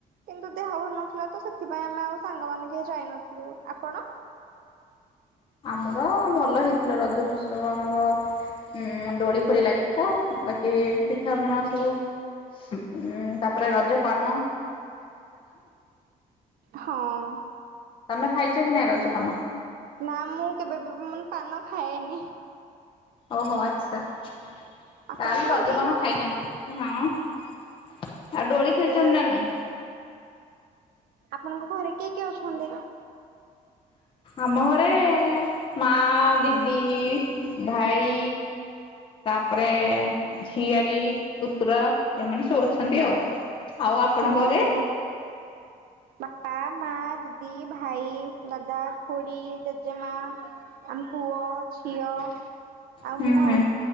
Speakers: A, on the right; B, on the left.
A: କିନ୍ତୁ ଦେହ ଭଲ ନଥିଲା ତ ସେଥିପାଇଁ ଆମେ ଆଉ ସାଙ୍ଗ ମାନ କେହି ଯାଇନଥିଲୁ ଆପଣ?
B: ଆମର ଭଲ ହେଇଥିଲା ରଜ ଉଚ୍ଛବ ଆମର ଉଁ ଦୋଳି ଫୋଳି ଲାଗିଥିଲା ବାକି ପିଠାପଣା ସବୁ ଉଁ ତାପରେ ରଜ ପାନ
A: ହଁ।
B: ତମେ ଖାଇଚ କି ନାଇଁ ରଜ ପାନ?
A: ନା ମୁଁ କେବେ ବି ମୁଁ ପାନ ଖାଏନି।
B: ଓହୋ ଆଛା ତାହେଲେ
A: ଆପଣ ଖାଆନ୍ତି?
B: ରଜପାନ ଖାଇନାହାନ୍ତି ହଁ। ଆଉ ଦୋଳି
A: ଓହୋ
B: ଖେଳିଚନ୍ତି ନା ନାଇଁ?
A: ଆପଣଙ୍କ ଘରେ କିଏ କିଏ ଅଛନ୍ତି?
B: ଆମ ଘରେ ମା ଦିଦି ଭାଇ ତାପରେ ଝିଆରୀ ପୁତରା ଏମାନେସବୁ ଅଛନ୍ତି ଆଉ ଆଉ ଆପଣ
A: ଓହୋ।
B: ଘରେ?
A: ବାପା, ମା, ଦିଦି, ଭାଇ, ଦାଦା, ଖୁଡ଼ି, ଜେଜେମା ଆମ ପୁଅ, ଝିଅ ଆଉ
B: ହୁଁ
A: ମୁଁ ଆଉ।
B: ହୁଁ